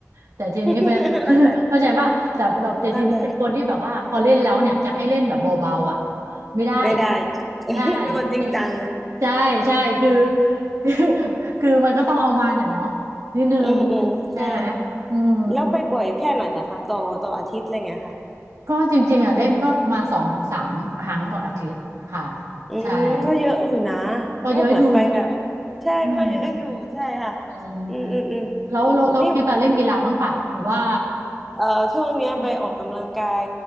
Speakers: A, on the right; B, in the centre.
A: แต่ทีนี้เวลา
B: <laughs> เข้าใจ
A: <laughs> เข้าใจว่าแต่เราแต่ทีนี้เป็นคนที่แบบว่าพอเล่นแล้วเนี่ยจะให้เล่นแบบเบาๆอ่ะ
B: เข้าใจ
A: ไม่ได้
B: ไม่ได้ <laughs> เป็นคนจริงจัง
A: ใช่พี่ใช่ใช่คือ <laughs> คือคือมันก็ต้องเอามันอ่ะเนาะนิดนึง
B: อืมอืมใช่ค่ะ
A: ใช่ไหมอืม
B: แล้วไปบ่อยแค่ไหนล่ะคะต่อต่ออาทิตย์อะไรเงี้ยค่ะ
A: ก็จริงๆอ่ะเล่นก็ประมาณสองถึงสามครั้งต่ออาทิตย์ค่ะ
B: อืมก็เยอะอยู่นะ
A: ใช่อืมก็เยอะอยู่
B: ก็เหมือนไปแบบใช่ก็เยอะอยู่ใช่ค่ะ
A: อืมอืม
B: อืมอืมอืม
A: แล้วแล้วแล้วกีฬาเล่นกีฬาบ้างป่ะหรือว่า
B: นี่แบบเอ่อช่วงเนี้ยไปออกกำลังกาย
A: อืม